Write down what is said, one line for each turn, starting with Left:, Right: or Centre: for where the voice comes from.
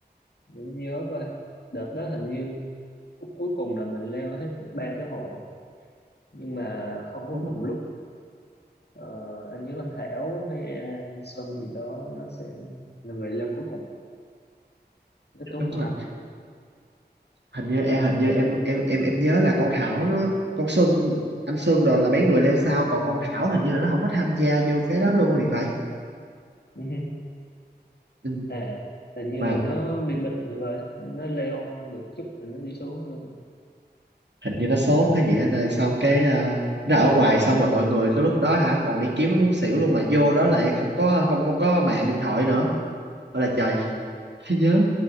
Left: để anh nhớ coi đợt đó hình như phút cuối cùng là mình leo hết được ba cái hồ á. nhưng mà không có
Right: đúng
Left: cùng
Right: không?
Left: lúc Ờ, anh nhớ anh Thảo hay ờ, anh Xuân gì đó nó sẽ là người leo cuối cùng nó tốn
Right: Đúng
Left: không
Right: rồi.
Left: ta
Right: hình như em hình như em em em em nhớ là con Thảo nó con Xuân anh Xuân đồ là mấy người leo sao còn con Thảo hình như là nó không có tham gia vô cái đó luôn thì phải
Left: Ừ hứ.
Right: ừ.
Left: à hình như
Right: mà
Left: là nó bị bệnh thì vậy nên nó leo được chút rồi nó đi xuống luôn
Right: hình như nó sốt hay gì anh ơi xong cái à, nó ở ngoài xong rồi mọi người cái lúc đó hả còn đi kiếm nó muốn xỉu luôn mà vô đó lại không có không không có mạng điện thoại nữa Ôi là trời <laughs> nhớ